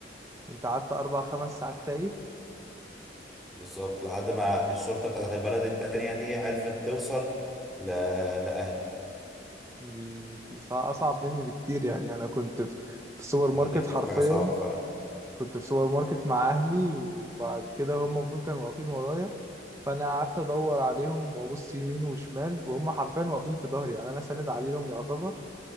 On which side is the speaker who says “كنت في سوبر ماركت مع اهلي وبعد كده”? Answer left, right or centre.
Right